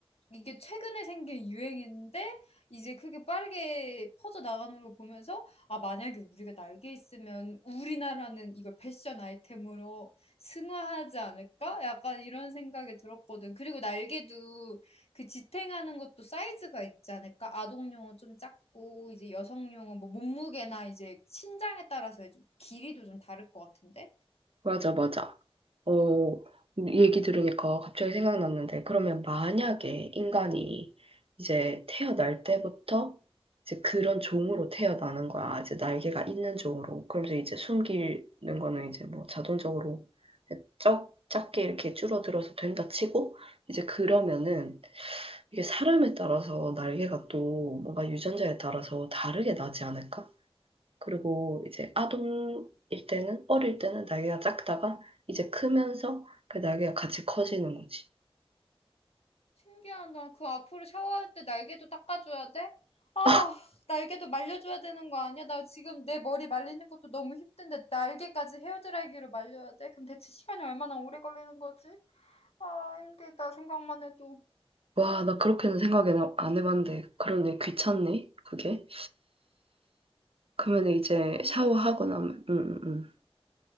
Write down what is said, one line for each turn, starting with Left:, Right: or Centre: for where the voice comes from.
Left: 이게 최근에 생긴 유행인데 이제 크게 빠르게 퍼져 나가는 걸 보면서 아 만약에 우리가 날개 있으면 우리나라는 이걸 패션 아이템으로 승화하지 않을까? 약간 이런 생각이 들었거든. 그리고 날개도 그 지탱하는 것도 사이즈가 있지 않을까? 아동용은 좀 작고 이제 여성용은 뭐 몸무게나 이제 신장에 따라서 좀 길이도 좀 다를 것 같은데?
Right: 맞아, 맞아. 어, 얘기 들으니까 갑자기 생각났는데, 그러면 만약에 인간이 이제 태어날 때부터 이제 그런 종으로 태어나는 거야. 이제 날개가 있는 종으로. 그러면서 이제 숨기는 거는 이제 뭐 자동적으로 쩍, 작게 이렇게 줄어들어서 된다 치고, 이제 그러면은 이게 사람에 따라서 날개가 또 뭔가 유전자에 따라서 다르게 나지 않을까? 그리고 이제 아동일 때는, 어릴 때는 날개가 작다가 이제 크면서 그 날개가 같이 커지는 거지.
Left: 신기하다. 그 앞으로 샤워할 때 날개도 닦아줘야 돼? 아,
Right: 아,
Left: 날개도 말려줘야 되는 거 아니야? 나 지금 내 머리 말리는 것도 너무 힘든데 날개까지 헤어드라이기로 말려야 돼? 그럼 대체 시간이 얼마나 오래 걸리는 거지? 아, 힘들다. 생각만 해도.
Right: 와, 나 그렇게는 생각은 안 해봤는데, 그러네, 귀찮네, 그게. 그러면 이제
Left: 아무래도.
Right: 샤워하고 나면, 음, 음. 음.